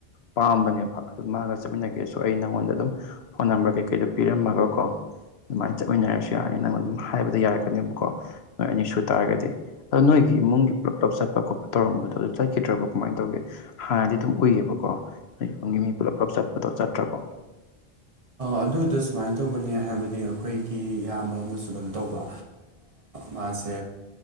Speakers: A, on the left; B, on the right.
A: ꯄꯥꯝꯕꯅꯦꯕ ꯑꯗꯨ ꯃꯥꯒ ꯆꯠꯃꯤꯟꯅꯒꯦꯁꯨ ꯑꯩ ꯅꯪꯉꯣꯟꯗ ꯑꯗꯨꯝ ꯐꯣꯟ ꯅꯝꯕꯔ ꯀꯩꯀꯩꯗꯣ ꯄꯤꯔꯝꯃꯒꯀꯣ ꯑꯗꯨꯃꯥꯏꯅ ꯆꯠꯃꯤꯟꯅꯔꯁꯨ ꯌꯥꯔꯅꯤ ꯅꯪ ꯑꯗꯨꯝ ꯍꯥꯏꯕꯗ ꯌꯥꯔꯛꯀꯅꯦꯕꯀꯣ ꯅꯣꯏ ꯑꯅꯤ ꯁꯨ ꯇꯥꯔꯒꯗꯤ ꯑꯗꯣ ꯅꯣꯏꯒꯤ ꯑꯩꯒꯤ ꯏꯃꯨꯡꯒꯤ ꯄꯨꯂꯞꯂꯞꯠꯄꯣꯠꯄ ꯇꯧꯔꯝꯕꯗꯣ ꯑꯗꯨ ꯆꯠꯈꯤꯗ꯭ꯔꯕ ꯀꯃꯥꯏꯅ ꯇꯧꯒꯦ ꯍꯥꯟꯅꯗꯤ ꯑꯗꯨꯝ ꯎꯏꯌꯦꯕꯀꯣꯒꯤ ꯃꯤ ꯄꯨꯂꯞ ꯄꯨꯞ ꯆꯠꯄꯗꯣ ꯆꯠꯇ꯭ꯔꯀꯣ
B: ꯑꯗꯨꯗ ꯁꯨꯃꯥꯏꯅ ꯇꯧꯕꯅꯦ ꯍꯥꯏꯕꯗꯤ ꯑꯩꯈꯣꯏꯒꯤ ꯏꯌꯥꯝꯕ ꯑꯃꯁꯨ ꯀꯩꯅꯣ ꯇꯧꯕ ꯃꯥꯁꯦ